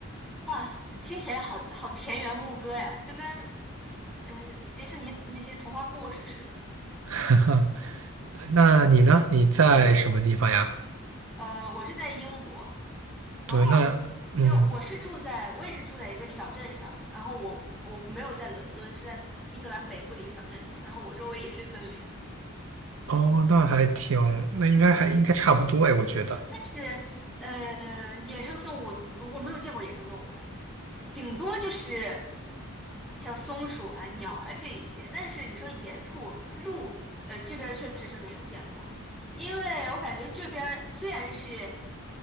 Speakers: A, in the centre; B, on the right.
A: 哇，听起来好好田园牧歌呀，就跟嗯、呃迪士尼那些童话故事似的。
B: <laughs> 那你呢？你在什么地方呀？
A: 呃，我是在英国，
B: 对，
A: 然后因为我是住在，
B: 那嗯，
A: 我也是住在一个小镇上，然后我我没有在伦敦，是在英格兰北部的一个小镇上，然后我周围也是森林，
B: 哦，那还挺，那应该还应该差不多哎，我觉得
A: 但是呃，野生动物我没有见过野生动物哎，顶多就是像松鼠啊、鸟啊这一些，但是你说野兔、鹿，呃，这边儿确实是没有见过，因为我感觉这边儿虽然是。